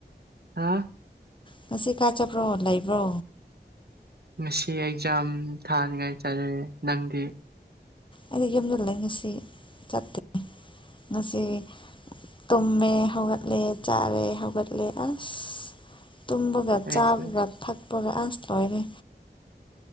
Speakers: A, on the right (about 65°); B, on the left (about 30°).
A: ꯍꯥꯥ
B: ꯉꯁꯤ ꯀꯥꯏ ꯆꯠꯄ꯭ꯔꯣ ꯂꯩꯕ꯭ꯔꯣ
A: ꯉꯁꯤ ꯑꯦꯛꯖꯥꯝ ꯊꯥꯅꯤꯉꯥꯏ ꯆꯠꯂꯦ ꯅꯪꯗꯤ
B: ꯑꯩꯗꯤ ꯌꯨꯝꯗ ꯂꯩ ꯉꯁꯤ ꯆꯠꯇꯦ ꯉꯁꯤ ꯇꯨꯝꯃꯦ ꯍꯧꯒꯠꯂꯦ ꯆꯥꯔꯦ ꯍꯧꯒꯠꯂꯦ ꯑꯁ ꯇꯨꯝꯕꯒ
A: ꯑꯩꯁꯨ
B: ꯆꯥꯕꯒ ꯊꯛꯄꯒ ꯑꯁ ꯂꯣꯏꯔꯦ